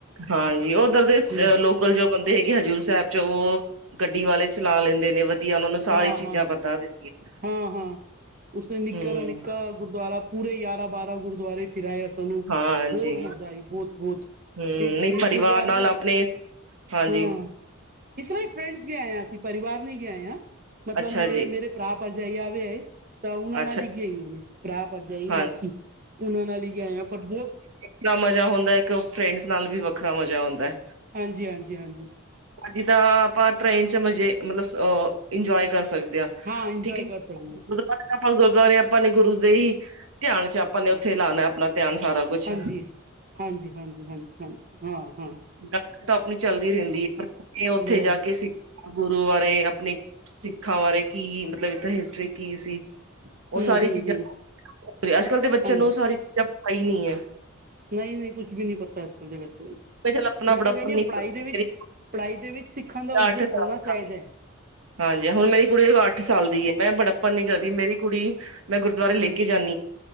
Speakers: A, on the right; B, on the right.
A: ਹਾਂਜੀ, ਉਧਰ ਦੇ ਚ
B: ਹਮ
A: ਲੋਕ ਲ ਜੋ ਬੰਦੇ ਹੈਗੇ ਹਜ਼ੂਰ ਸਾਹਿਬ ਚ, ਉਹ ਗੱਡੀ ਵਾਲੇ ਚਲਾ ਲੈਂਦੇ ਨੇ। ਵਧੀਆ ਉਹਨਾਂ ਨੂੰ ਸਾਰੀ
B: ਹਾਂ-
A: ਚੀਜ਼ਾਂ
B: ਹਾਂ-
A: ਪਤਾ ਰਹਿੰਦੀਆਂ
B: ਹਾਂ-ਹਾਂ ਉਸਨੇ ਨਿੱਕਾ
A: ਹੂੰ।
B: ਨਾ ਨਿੱਕਾ ਗੁਰਦੁਆਰਾ ਪੂਰੇ ਯਾਰਾਂ ਬਾਰਾਂ ਗੁਰਦੁਆਰੇ ਫਿਰਾਏ। ਤੋਨੂੰ
A: ਹਾਂਜੀ
B: ਬੋਤ ਮਜ਼ਾ ਆਇਆ ਬੋਤ-ਬੋਤ
A: ਹੂੰ
B: ਈਕ
A: ਨਹੀਂ
B: ਇਕ
A: ਪਰਿਵਾਰ
B: ਗੁਰਦੁਵਾਰੇ
A: ਨਾਲ
B: ਦੇ
A: ਆਪਣੇ ਹਾਂਜੀ।
B: ਹਾਂ ਇਸ ਤਰਾਂ ਈ ਫਰੈਂਡਸ ਗੇ ਆਏ ਆ ਅਸੀਂ, ਪਰਿਵਾਰ ਨੀ ਗੇ ਆਏ ਆ। ਮਤਲਬ
A: ਅੱਛਾ
B: ਮੇ
A: ਜੀ
B: ਮੇਰੇ ਭਰਾ-ਭਰਜਾਈ ਆ ਵੀ ਆਏ ਤਾਂ ਉਨਾਂ
A: ਅੱਛਾ
B: ਨਾਲ ਈ ਗੀ ਆਈਆ ਮੈਂ ਭਰਾ, ਭਰਜਾਈ,
A: ਹਾਂ
B: ਮਾਸੀ ਉਨਾਂ ਨਾਲ ਈ ਗੇ ਆਏ ਆ ਪਰ ਬੋਤ
A: ਆਪਣਾ ਮਜ਼ਾ ਹੁੰਦਾ ਇੱਕ ਫਰੈਂਡਸ ਨਾਲ ਵੀ ਵੱਖਰਾ ਮਜ਼ਾ ਹੁੰਦੈ।
B: ਹਾਂਜੀ-ਹਾਂਜੀ-ਹਾਂਜੀ।
A: ਜਿਦਾਂ ਆਪਾਂ ਟ੍ਰੇਨ 'ਚ ਮਜ਼ੇ ਮਤਲਬ ਅ ਇੰਜੋਏ ਕਰ ਸਕਦੇ ਆ।
B: ਹਾਂ ਇੰਜੋਏ
A: ਠੀਕ ਏ।
B: ਕਰ ਸਕਦੇ ਹਾਂ
A: ਪਰ ਆਪਾਂ ਗੁਰਦੁਵਾਰੇ ਆਪਾਂ ਨੇ ਗੁਰੂ ਦੇ ਹੀ ਧਿਆਨ 'ਚ ਆਪਾਂ ਨੇ ਉੱਥੇ ਲਾਣਾ ਆਪਣਾ ਧਿਆਨ ਸਾਰਾ। ਕੁਛ
B: ਹਾਂਜੀ, ਹਾਂਜੀ-ਹਾਂਜੀ-ਹਾਂਜੀ-ਹਾਂਜੀ ਹਾਂ-ਹਾਂ।
A: ਗੱਲ ਤਾਂ ਆਪਣੀ ਚੱਲਦੀ ਰੈਂਦੀ ਏ ਕੀ ਆ ਉੱਥੇ
B: ਬਸ
A: ਜਾ ਕੇ ਸਿ ਗੁਰੂ ਬਾਰੇ, ਆਪਣੇ ਸਿੱਖਾਂ
B: ਹਮ
A: ਬਾਰੇ ਕੀ ਮਤਲਬ ਇੱਥੇ ਹਿਸਟਰੀ ਕੀ ਸੀ।
B: ਹਮ
A: ਓ ਸਾਰੀ
B: ਹਮ
A: ਚੀਜ਼ਾਂ ਅੱਜ-ਕਲ ਦੇ ਬੱਚਿਆਂ
B: ਹਾਂਜੀ
A: ਨੂੰ ਓ ਸਾਰੀ ਚੀਜ਼ਾਂ ਪਾਈ ਨੀ ਐ।
B: ਨਈ-ਨਈ ਕੁਛ ਵੀ ਨੀ ਪਤਾ ਅੱਜ-ਕੱਲ ਦੇ ਬੱਚਿਆਂ ਨੂੰ
A: ਚਲ ਆਪਣਾ
B: ਮੈਂ
A: ਬੜਾਪਨ
B: ਤਾਂ ਕੈਂਨੀ
A: ਨਹੀਂ
B: ਆ ਪੜਾਈ ਦੇ ਵਿੱਚ ਪੜਾਈ ਦੇ ਵਿੱਚ ਸਿੱਖਾਂ ਦਾ ਉਦੇਅ
A: ਅੱਠ ਸਾਲ
B: ਹੋਣਾ ਚਾਈਦੈ।
A: ਹਾਂਜੀ ਹੁਣ ਮੇਰੀ ਕੁੜੀ ਦੇਖੋ ਅੱਠ ਸਾਲ ਦੀ ਐ ਮੈਂ ਬੜੱਪਣ ਨੀ ਕਦੀ ਮੇਰੀ ਕੁੜੀ, ਮੈਂ ਗੁਰਦੁਆਰੇ ਲੈ
B: ਹਮ
A: ਕੇ ਜਾਂਨੀ